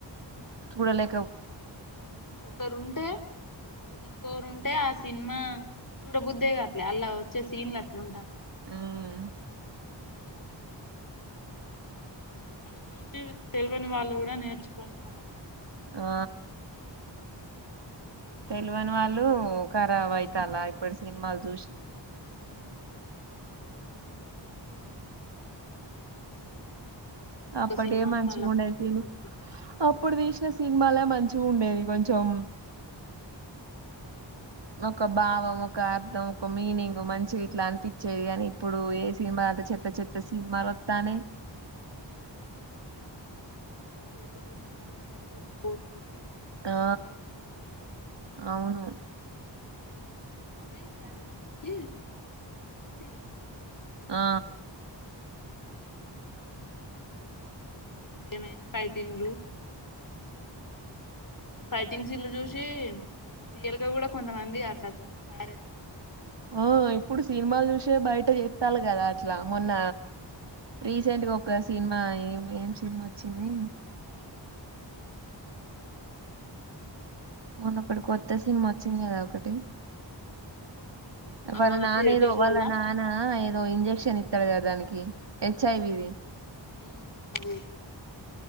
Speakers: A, on the right (about 65°); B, on the left (about 45°).
A: చూడలే
B: ఒకరుంటే అస ఇంకో ఉంటే ఆ సినిమా చూడబుద్ద్దేగా అట్లే అలా వచ్చే సీన్లు అట్లు ఉంటాను
A: ఉమ్
B: హ అవి చూసి తెలియని వాళ్ళు కూడా నేర్చుకొని ఫర్వవుతారు
A: ఆ తెలివని వాళ్ళు ఖరాబ్ అయితలాా ఇప్పుడు సినిమాలు చూసి
B: హ ఒక్కొక్క
A: అప్పటిే
B: సినిమాను
A: మంచిగా
B: మళ్ళా
A: ఉండయి
B: కోట్లు
A: తను
B: పెట్టి
A: అప్పుడు తీేసిన సినిమాలే మంచి ఉండేది కొంచెం ఒక భావం ఒక అర్థం ఒక మీనింగ్ మంచి ఇట్లా అనిపించేది కాని ఇప్పుడు ఏ సినిమా అంత చెత్త చెత్త సినిమాలు వస్తానే
B: మళ్ళీ ఒక్కొక్క సినిమాకు బడ్జెట్ కోట్లు
A: ఆ
B: అల పో పో వయిటి
A: అవును
B: అవ ప్రజల నుంచి తీసుకుంటయి
A: ఆ
B: ఏమైనా ఫైటింగ్లు ఫైటింగ్ సీన్లు చూసి రియల్గా కూడా కొంతమంది ఆట్లాంది తయారవుతారు
A: ఓ ఇప్పుడు సినిమాలు చూసే బయట చెత్తలు కదా అట్లా మొన్న రీసెంట్గా ఒక సినిమా ఏం ఏం సినిమా వచ్చింది మొన్న ఒక్కటి కొత్త సినిమా వచ్చింది కదా ఒకటి వాళ్ళ
B: మళ్ళ
A: నాన్న
B: థియేటర్లలా
A: ఏదో వాళ్ళ నానా ఇ దో ఇంజక్షన్ ఇత్తడు కదా దానికి హెచ్ ఐ వి ది
B: మ్మ్ అదే